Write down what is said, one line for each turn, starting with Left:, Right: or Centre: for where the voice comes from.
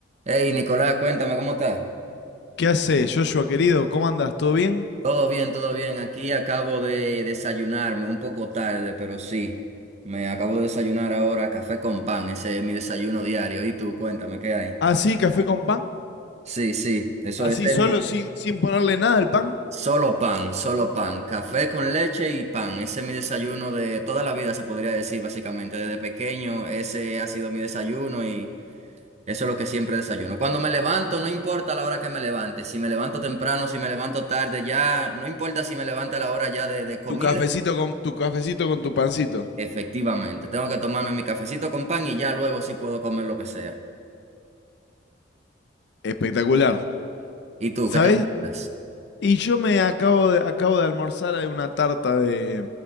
Right: Hey, Nicolás, cuéntame cómo estás.
Left: ¿Qué hace, Joshua querido? ¿Cómo andas? ¿Todo bien?
Right: Todo bien, todo bien. Aquí acabo de desayunarme un poco tarde, pero sí. Me acabo de desayunar ahora café con pan. Ese es mi desayuno diario. Y tú, cuéntame, ¿qué hay?
Left: ¿Así, café con pan?
Right: Sí, sí, eso
Left: ¿Así
Right: ese
Left: solo,
Right: es mi...
Left: sin, sin ponerle nada al pan?
Right: Solo pan, solo pan. Café con leche y pan. Ese es mi desayuno de toda la vida, se podría decir, básicamente. Desde pequeño, ese ha sido mi desayuno y Eso es lo que siempre desayuno. Cuando me levanto, no importa la hora que me levante. Si me levanto temprano, si me levanto tarde, ya no importa si me levante a la hora ya de, de comida.
Left: Tu cafecito con tu cafecito con tu pancito.
Right: Efectivamente, tengo que tomarme mi cafecito con pan y ya luego sí puedo comer lo que sea.
Left: Espectacular.
Right: ¿Y tú,
Left: ¿Sabés?
Right: qué te comes?
Left: Y yo me acabo de, acabo de almorzar de una tarta de,